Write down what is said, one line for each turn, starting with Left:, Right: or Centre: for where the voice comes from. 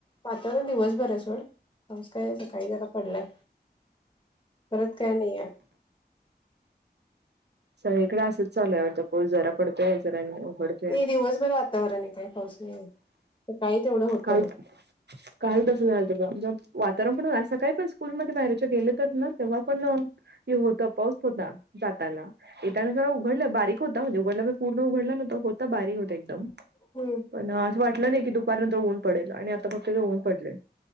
Left: वातावरण दिवस घरं सोड पाऊस कायसकाळी जरा पडलाय. परत काय नाही आहे.
Right: सगळीकडे असंच चालू आहे. पाऊस जरा पडतोय जरानी उघडतंय.
Left: नाही दिवसभर वातावरण आहे काय पाऊस नाही सकाळी तेवढं. होतं
Right: काल
Left: बघ.
Right: काल तसं झालं का वातावरण पण असं सकाळी पण स्कूलमध्ये मॅरेज गेले तर ना तेव्हा पण यो होता पाऊस होता जाताना. एक दिवस उघडलं बारीक होता म्हणजे उघडला पूर्ण उघडलं न तर होता बारीक होत. पण
Left: हम्म
Right: असं वाटलं नाही की दुपारनंतर होऊन पडेल आणि आता फक्त ते ऊन पडले.